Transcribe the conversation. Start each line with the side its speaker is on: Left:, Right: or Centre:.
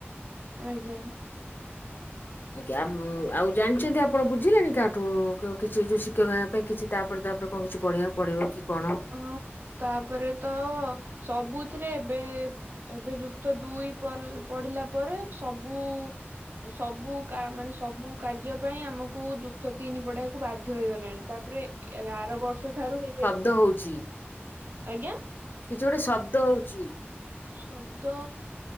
Right: ଆଜ୍ଞା।
Left: ଆଜ୍ଞା ଆ ଆଉ ଜାଣିଛନ୍ତି ଆପଣ ବୁଝିଲେଣି କାହାଠୁ କିଛି ଯୋଉ ଶିକ୍ଷକ ହେବା ପାଇଁ କିଛି ତାପରେ ତାପରେ କଣ କିଛି ପଢିବାକୁ ପଡିବ କି କଣ?
Right: ହଁ ତାପରେ ତ ସବୁଥିରେ ଏବେ ଏବେ ଯୁକ୍ତ ଦୁଇ ପଢିଲା ପରେ ସବୁ ସବୁ ମାନେ ସବୁ କାର୍ଯ୍ୟ ପାଇଁ ଆମକୁ ଯୁକ୍ତ ତିନି ପଢେଇବାକୁ ବାଧ୍ୟ ହେଇଗଲାଣି ତାପରେ ଆର ବର୍ଷ ଠାରୁ ହେଇଯାଇ
Left: ଦଉଚି
Right: ଆଜ୍ଞା।
Left: କିଛି ଗୋଟେ ଶବ୍ଦ ହଉଚି।
Right: ଶବ୍ଦ।